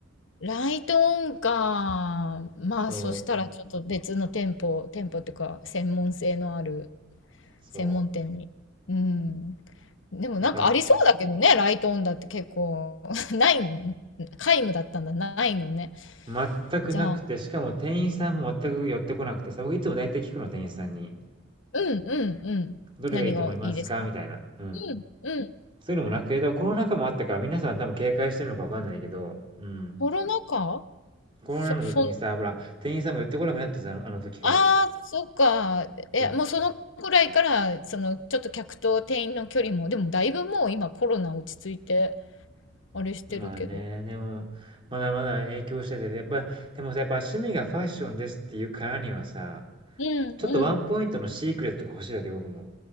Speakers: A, on the left (about 75°); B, on the right (about 25°).
A: ライトオンか。まあ、
B: そう、
A: そしたらちょっと別の店舗、店舗っていうか、専門性のある
B: そ
A: 専門店に。うん。でもなんかありそうだけどね、
B: う。だから、
A: ライトオンだって結構、<laughs> ないん、皆無だったんだ、ないのね。
B: 全くなくて、
A: じゃあ、う
B: しかも店員さんも全く寄ってこなくてさ、僕いつも大体聞くの、店員さんに。
A: んうんうん。
B: どれがいいと思いますかみたいな。
A: 何がいいですか
B: うん。
A: うんうん。
B: そういうのもなくて、コロナ禍もあったから皆さん多分警戒してるのかわかんないけど、うん。
A: コロナ禍
B: コロナの時にさ、
A: そ、そ、
B: ほら、店員さんも寄ってこなくなってさ、あのあの時から。
A: ああ、そっか。え、
B: そ
A: もうそのくらいから、その、ちょっと客と店員の距離も、でもだいぶもう今コロナ落ち着いて、あれしてるけど。
B: う。まあね、でも、まだまだ影響してて、やっぱ、でもさ、やっぱ趣味がファッションですっていうからにはさ、
A: うんうん。
B: ちょっとワンポイントのシークレットが欲しいわけ、僕も。